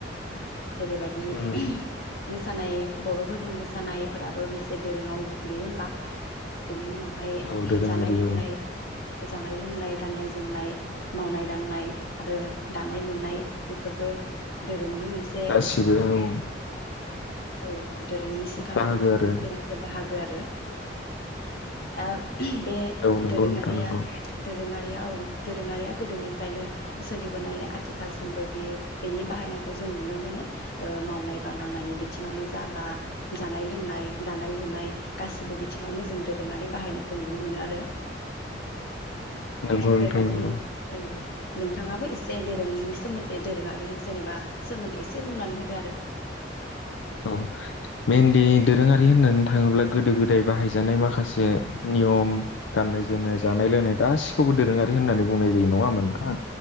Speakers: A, on the left; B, on the left.
A: जेरैबायदि
B: उम
A: मोसानाय बर'फोरनि मोसानायफोराबो मोनसे दोरोङाव गोग्लैयो होमबा बेनि उनाव बेहाय
B: औ दोरोङारि
A: जानाय लोंनाय
B: औ
A: जानाय लोंनाय गाननाय जोमनाय मावनाय दांनाय आरो दानाय लुनाय बेफोरबो दोरोंनि मोनसे
B: गासिबो औ।
A: औ। दोरोंनि सिगां
B: बाहागो
A: मोनसे
B: आरो
A: मोनसे बाहागो आरो दा बे
B: औ नंगौ
A: दोरोङारिया
B: नोंथां नंगौ
A: दोरोङारियाव दोरोङारिया गोदोनिफ्रायनो सोलिबोनायलाय आथिखालसिमबो बे बेनि बाहायनायखौ जों नुनो मोनो ओ मावनाय बा दांनायनि बि बिथिङावनो जा बा जानाय लोंनाय दानाय लुनाय गासिबो बिथिङावनो जों दोरोङारि बाहायनायखौ नुनो मोनो आरो।
B: नंगौ
A: थिग
B: नोंथां
A: बेबायदिनो
B: नंगौ
A: औ। नोंथाङाबो एसे दोरोंनि सोमोन्दै बे दोरोङारि जेनेबा सोमोन्दै एसे बुंनानै होदो आरो।
B: औ मेेनलि दोरोङारि होननानै थाङोब्ला गोदो गोदाय बाहायजानाय माखासे नियम, गाननाय जोमनाय, जानाय लोंनाय गासिखौबो दोरोङारि होननानै बुंनाय जायो नङा होमबा नोंथां।